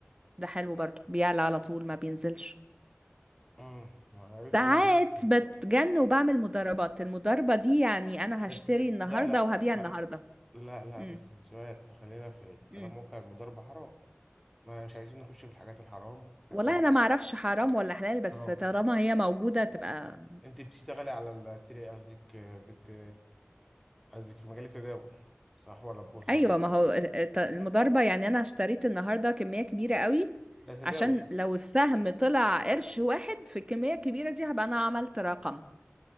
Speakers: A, on the right; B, in the centre.
A: ده حلو برضه بيعلى على طول ما بينزلش
B: امم عرفته
A: ساعات
B: ينزل طيب.
A: بتجن وبعمل مضاربات المضاربة دي يعني انا
B: بس
A: هشتري
B: ده
A: النهاردة
B: ده لا
A: وهبيع
B: لا
A: النهاردة
B: لا لا
A: امم
B: بس سؤال خلينا في في كلام
A: امم
B: واقع المضاربة حرام ما مش عايزين نخش في الحاجات الحرام خلينا
A: والله انا ما اعرفش حرام ولا حلال بس
B: حرام
A: طالما هي موجودة تبقى
B: انت بتشتغلي على التري قصدك بت قصدك في مجال التداول صح ولا البورصة
A: ايوه ما هو الت- المضاربة يعني انا اشتريت النهاردة كمية كبيرة قوي
B: ده تداول
A: عشان لو السهم طلع قرش واحد في الكمية الكبيرة دي هبقى انا عملت رقم